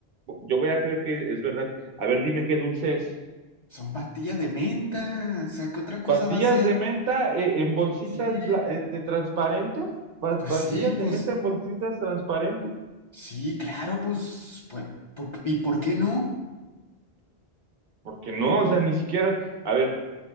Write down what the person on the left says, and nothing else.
Son pastillas de menta, o sea, ¿qué otra cosa
va a ser?
Sí,
pues
sí, pues.
Sí, claro, pues, por- por- ¿y por qué no?